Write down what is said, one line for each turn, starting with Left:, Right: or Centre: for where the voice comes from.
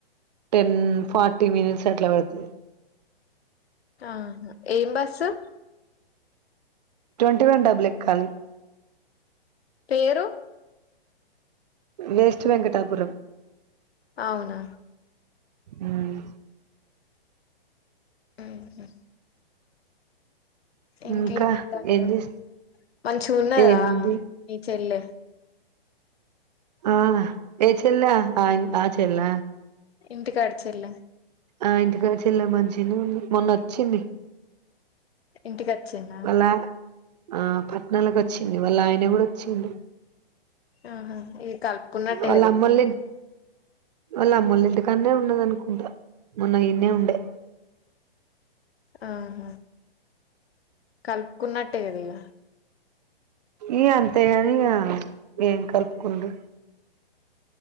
Right: టెన్ ఫార్టీ మినిట్స్ అట్ల పడ్తుది
Left: ఆ ఏం బస్సు
Right: ట్వంటీ వన్ డబల ఎక్కాలి
Left: పేరు
Right: వెస్ట్ వెంకటాపురం
Left: అవున
Right: హుమ్
Left: ఊహు ఇంకేం
Right: ఇంకా
Left: చెప్తారు
Right: ఏం
Left: వాళ్ళు
Right: చేస్త
Left: మంచిగా ఉన్నదా
Right: ఏముంది
Left: నీ చెల్లి
Right: ఆహ్ ఏ చెల్లె ఆ ఆ చెల్ల
Left: ఇంటి కాడ చెల్లి
Right: ఆ ఇంటికాడ చెల్లి మంచిది మొన్న వచ్చింది
Left: ఇంటిక చిన్న
Right: వాళ్ళ ఆ పట్నాలకొచ్చింది, వాళ్ళ ఆయన కూడ వచ్చిండు.
Left: ఆహా, ఇది కలుపుకున్నట్టే
Right: వాళ్ళ
Left: కదా,
Right: అమ్మోళ్ళ
Left: ఇంకేంది?
Right: వాళ్ళ అమ్మోలింటికాడ్నే ఉన్నాదనుకుంటా మొన్న ఈడ్నేవుండే
Left: ఆహ కలుపుకున్నట్టే కదా ఇగ
Right: ఈ అంతే గాని ఇక ఏం కలుపుకుండు